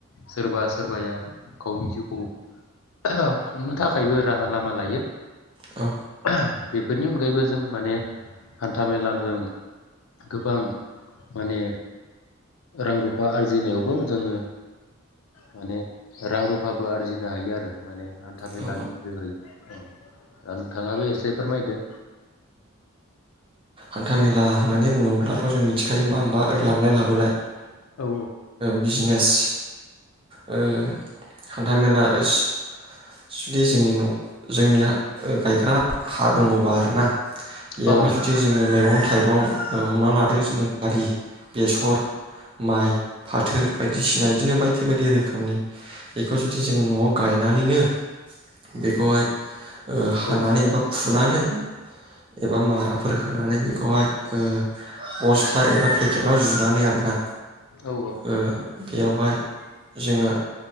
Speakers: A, on the left; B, on the right.
A: सोरबा सोरबाया गावनि जिउखौ ओहोम खुंनो थाखायबो राहा लामा लायो।
B: औ
A: ओ बेफोरनि अनगायैबो जोङो माने हान्था-मेलाजों गोबां माने रां-रुफा आरजिनोयावबो जोङो माने रां-रुफाबो आरजिनो हायो आरो माने। हान्था-मेलानि
B: औ
A: जोहै औ दा नोंथाङाबो एसे फोरमायदो
B: हान्था मेला होननानै बुङोब्लाथ' जों थिखायो नङा होमबा ओ लांलाय लाबोलाय ओ
A: औ
B: बिजनेस ओ हान्था मेला ओस जुदि जोंनि न' जोंनि हा ओ गायग्रा हा दङबा ना बेवहाय
A: औ
B: जुदि जोङो मैगं थाइगं मैगं ओ हमना लादो जोङो दालि बेसर माइ फाथो बायदिसिना इदिनो बायदि बायदि रोखोमनि बेखौ जुदि जोङो न'आव गायनानैनो बेखौहाय ओ हानानै
A: औ
B: एबा फुनानै एबा माराफोर फोनानै बेखौहाय ओ बस्था एबा पेकेटआव जुनानै आरोना
A: औ
B: ओ बेवहाय जोङो